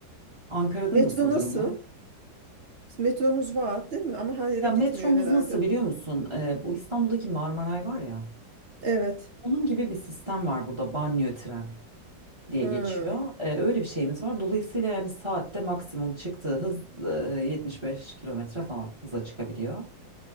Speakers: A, on the right (about 15°); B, on the right (about 55°).
A: Ankara'da
B: Metro
A: nasıl
B: nasıl?
A: durumlar?
B: Metronuz var değil mi? Ama her yere
A: Ya
B: gitmiyor
A: metromuz
B: herhalde.
A: nasıl biliyor musun? E, bu İstanbul'daki Marmaray var ya
B: Evet.
A: onun gibi bir sistem var burada banliyö tren diye
B: Hı.
A: geçiyor. E, öyle bir şeyimiz var. Dolayısıyla yani saatte maksimum çıktığı hız e, 75 kilometre falan hıza çıkabiliyor.